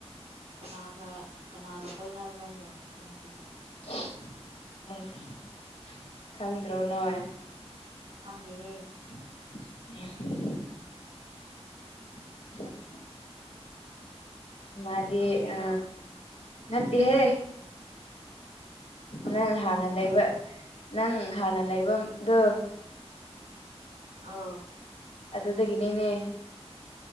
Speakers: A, on the right; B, on the left.
A: ꯀꯅꯥꯒ ꯀꯅꯥꯒ ꯀꯣꯏꯅꯕ꯭ꯔꯅꯦ ꯑꯗꯨ ꯅꯨꯄꯤꯗꯣ
B: <unintelligible> ꯈꯪꯗ꯭ꯔꯣ ꯅꯣꯏ
A: ꯈꯪꯗꯦꯍꯦ
B: <unintelligible> <unintelligible> ꯃꯥꯗꯤ
A: ꯑꯩꯈꯣꯏ ꯈꯨꯟꯗꯒꯤꯔꯣ
B: ꯑ ꯅꯠꯇꯦ ꯍꯦ
A: ꯑꯇꯣꯞꯄ
B: ꯅꯪ
A: ꯈꯨꯡꯒꯪꯔꯣ
B: ꯍꯥꯟꯅ ꯂꯩꯕ ꯅꯪ ꯍꯥꯟꯅ ꯂꯩꯕꯝꯗꯣ
A: ꯑꯧ
B: ꯑꯗꯨꯗꯒꯤꯅꯤꯅꯦ